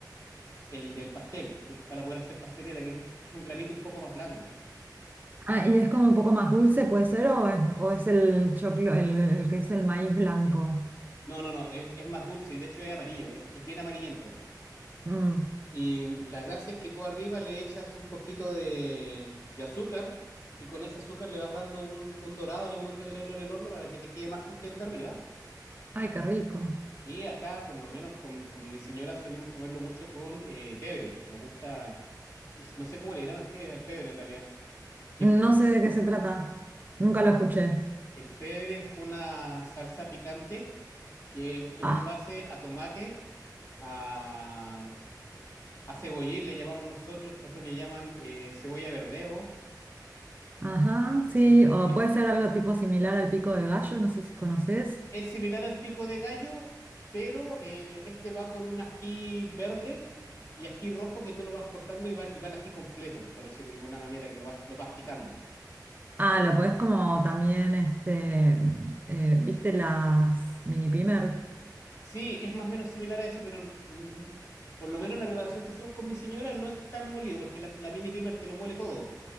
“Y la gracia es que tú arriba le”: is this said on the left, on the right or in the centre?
Left